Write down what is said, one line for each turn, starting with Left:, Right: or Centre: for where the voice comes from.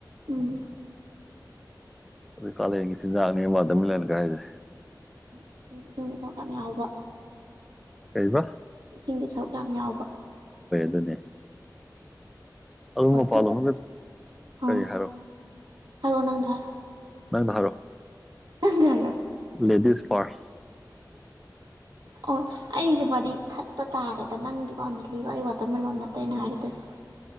Right: ꯎꯝ
Centre: ꯑꯗꯨꯩ ꯀꯥꯂꯦꯟꯒꯤ ꯆꯤꯟꯖꯥꯛꯅꯤꯕꯥꯗꯃꯤꯂꯅ ꯀꯥꯏꯁꯦ
Right: ꯏꯁꯤꯡ ꯏꯁꯤꯡꯁꯦ ꯆꯔꯈ ꯌꯥꯝ ꯌꯥꯎꯕ
Centre: ꯀꯩꯕ
Right: ꯏꯁꯤꯡꯒꯤ ꯁꯔꯨꯛ ꯌꯥꯝ ꯌꯥꯎꯕ
Centre: ꯑꯗꯨꯅꯦ ꯑꯗꯨ
Right: ꯋꯥꯇꯨ
Centre: ꯃꯄꯥꯥꯜꯂꯣꯒ ꯀꯔꯤ
Right: ꯑꯥ
Centre: ꯍꯥꯏꯔꯣ
Right: ꯍꯥꯏꯔꯛꯑꯣ ꯅꯪꯗꯣ ꯍꯥꯏꯔꯛꯑꯣ
Centre: ꯅꯪ ꯃꯍꯔꯣ
Right: ꯅꯪꯗꯣ ꯍꯥꯏꯔꯛꯑꯣ
Centre: ꯂꯦꯗꯤꯁ ꯄꯔ
Right: ꯑꯣ ꯑꯩꯁꯦ ꯃꯗꯤ ꯊꯠꯄ ꯇꯥꯔꯦ ꯅꯪ ꯗꯨꯀꯥꯟ ꯍ ꯂꯤꯔꯣ ꯑꯩ ꯋꯥꯇꯔꯃꯦꯂꯣꯟꯣꯟ ꯅꯠꯇꯦꯅ ꯍꯥꯏꯔꯗꯁꯦ